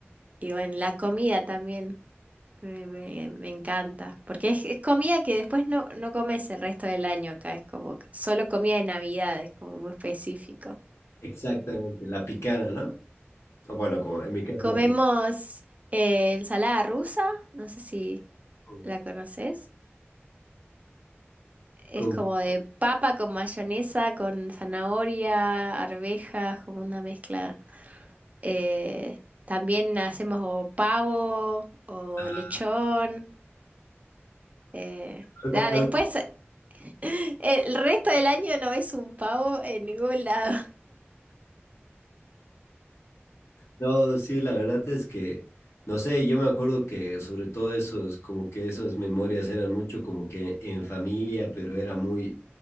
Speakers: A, on the right (about 35°); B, on the left (about 80°).
A: y bueno, la comida también. Me, me- me encanta, porque es, es comida que después no, no comes el resto del año acá, es como que solo comida de Navidad, es como muy específico.
B: exactamente la picana, ¿no? O bueno, como en mi caso
A: Comemos
B: la picana
A: eh, ensalada rusa, no sé si
B: con,
A: la conoces, es
B: con,
A: como de papa con mayonesa, con zanahoria, arvejas, como una mezcla. Eh, también hacemos o pavo o
B: ah,
A: lechón. eh,
B: algo,
A: Ah,
B: algo,
A: después El resto del año no ves un pavo en ningún lado.
B: no, sí, la verdad es que, no sé, yo me acuerdo que sobre todo esos, como que esas memorias eran mucho como que en familia, pero era muy